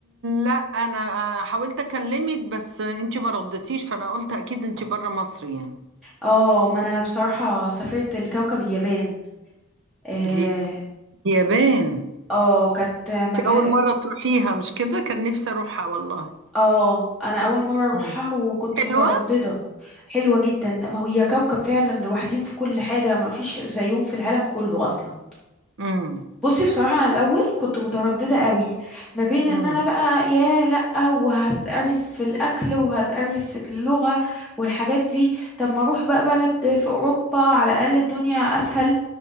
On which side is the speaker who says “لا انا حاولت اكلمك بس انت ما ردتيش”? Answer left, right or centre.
Right